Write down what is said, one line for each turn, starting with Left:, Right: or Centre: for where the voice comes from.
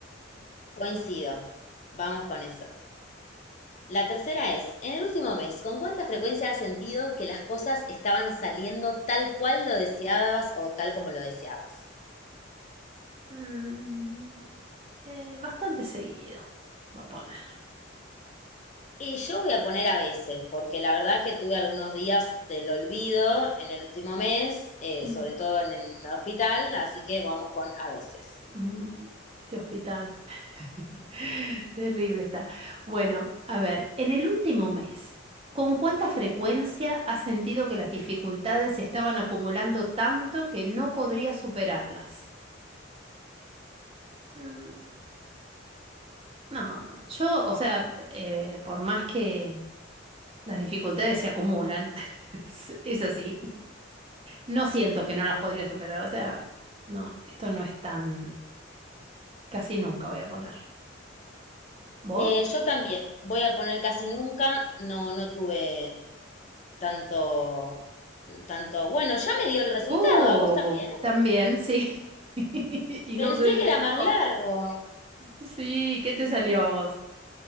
Left: coincido. Vamos con eso. La tercera es, en el último mes, ¿con cuánta frecuencia has sentido que las cosas estaban saliendo tal cual lo deseabas o tal como lo deseabas?
Right: Mm, eh, bastante seguido, voy a poner.
Left: Y yo voy a poner a veces, porque la verdad que tuve algunos días del olvido en el último mes, eh,
Right: Mm,
Left: sobre todo en el hospital, así que vamos con a veces.
Right: mm, ese hospital. <laughs> Terrible está. Bueno, a ver, en el último mes, ¿con cuánta frecuencia has sentido que las dificultades se estaban acumulando tanto que no podrías superarlas? Mm, no, yo, o sea, eh, por más que Las dificultades se acumulan. <laughs> Es, es así. No siento que no las podría superar. O sea, no, esto no es tan... Casi nunca voy a poner. ¿Vos?
Left: Eh, yo también voy a poner casi nunca, no, no tuve tanto, tanto, bueno, ya me dio el resultado,
Right: Uh,
Left: ¿a vos también?
Right: también, sí. <laughs> Y no
Left: Pensé
Right: sé si
Left: que
Right: se equivocó.
Left: era más largo.
Right: Sí, ¿qué te salió a vos?